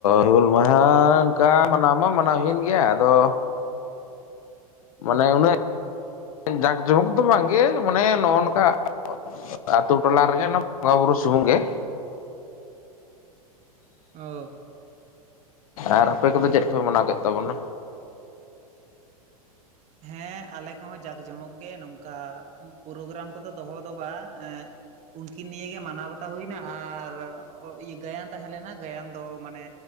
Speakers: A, on the left; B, on the right.
A: ᱦᱩᱞ ᱢᱟᱦᱟ ᱚᱱᱠᱟ ᱢᱟᱱᱟᱣ ᱢᱟ ᱢᱟᱱᱟᱣ ᱦᱩᱭᱮᱱ ᱜᱮᱭᱟ ᱟᱫᱚ ᱢᱟᱱᱮ ᱩᱱᱟᱹᱜ ᱡᱟᱸᱠ ᱡᱚᱢᱚᱠ ᱫᱚ ᱵᱟᱝᱜᱮ ᱢᱟᱱᱮ ᱱᱚᱜᱼᱚ ᱱᱚᱝᱠᱟ ᱚ ᱟᱛᱩ ᱴᱚᱞᱟ ᱨᱮᱜᱮ ᱚᱱᱟ ᱵᱚᱸᱜᱟ ᱵᱩᱨᱩ ᱥᱩᱢᱩᱝ ᱜᱮ ᱾
B: ᱚ
A: ᱟᱨ ᱟᱯᱮ ᱠᱚᱫᱚ ᱪᱮᱫ ᱞᱮᱠᱟ ᱯᱮ ᱢᱟᱱᱟᱣ ᱠᱮᱫ ᱛᱟᱵᱚᱱᱟ?
B: ᱦᱮᱸ ᱟᱞᱮ ᱠᱚᱦᱚᱸ ᱡᱟᱸᱠᱼᱡᱚᱢᱚᱠ ᱜᱮ ᱱᱚᱝᱠᱟ ᱯᱨᱳᱜᱨᱟᱢ ᱠᱚᱫᱚ ᱫᱚᱦᱚ ᱫᱚ ᱵᱟᱝ ᱮᱸᱜ ᱾ ᱩᱱᱠᱤᱱ ᱱᱤᱭᱮ ᱜᱮ ᱢᱟᱱᱟᱣ ᱵᱟᱛᱟᱣ ᱦᱩᱭᱱᱟ ᱟᱨ ᱜᱟᱭᱟᱱ ᱛᱟᱦᱮᱸ ᱞᱮᱱᱟ ᱜᱟᱭᱟᱱ ᱫᱚ ᱢᱟᱱᱮ